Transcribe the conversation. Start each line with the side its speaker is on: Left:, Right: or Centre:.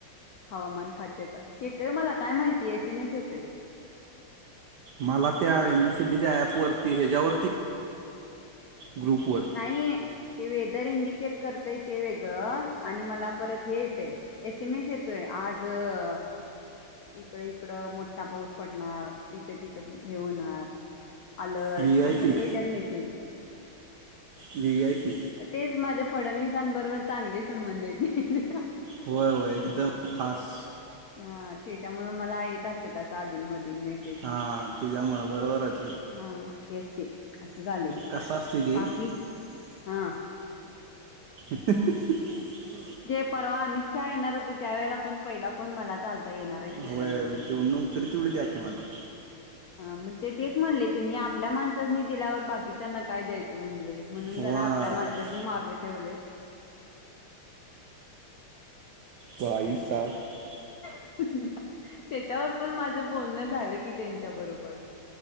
Left: हवामान खात्याचा येतोय मला काय माहिती एस एम एस येतोय
Right: मला त्या एमएसीबीच्या ऍप वरती ह्याच्यावरती ग्रुपवर
Left: नाही ते वेदर इंडिया ट करतय ते वेगळं आणि मला परत हे येतय एस एम एस येतोय आज ह इकड इकड मोठठा पाऊस पडणार इथं तिथं हे होणार अलर्ट
Right: व्ही आय
Left: ह सगळे
Right: पी
Left: येत मेसेज
Right: व्ही आय पी
Left: तेच माझ्या फडणवीसांबरोबर चांगले संबंध आहेते
Right: होय होय एकदम खास
Left: हा त्याच्यामुळे मला येत असत्यात असं अधून मधून मे
Right: हां त्याच्यामुळे बरोबरच
Left: हा तेच ते अस झाले
Right: कसं असते ते
Left: बाकी हा
Right: <inaudible>
Left: जे परवा आमित शहा येणार होते त्या वेळेला पण पहिला फोन मलाच आता येणार आहे तिकड
Right: होय
Left: म्हणून
Right: ते नोकरी तेवढी द्या की मला
Left: अ म ते तेच म्हणले त्यांनी आपल्या माणसांनी दिल्यावर बाकीच्याना काय द्यायचं, म्हणले म्हणून
Right: होय
Left: जरा आपल्या माणसासनी माग ठेवलेय.
Right: बाई साब <unintelligible>
Left: त्याच्यावर पण माझ बोलणं झालं कि त्यांच्या बरोबर.